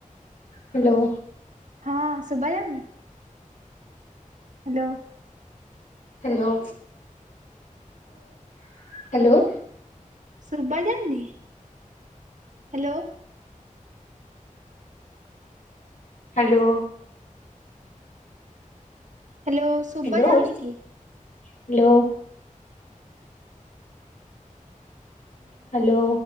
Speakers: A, on the left; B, on the right.
A: ହ୍ୟାଲୋ
B: ହଁ ଶୁବା ଯାଉନି ହ୍ୟାଲୋ
A: ହ୍ୟାଲୋ <inaudible> ହ୍ୟାଲୋ
B: ସୁବା ଯାଉନି <inaudible> ହ୍ୟାଲୋ
A: ହ୍ୟାଲୋ
B: ହ୍ୟାଲୋ ଶୁଭା
A: ହ୍ୟାଲୋ
B: ଯାଉନି
A: <inaudible>
B: କି
A: ହ୍ୟାଲୋ ହ୍ୟାଲୋ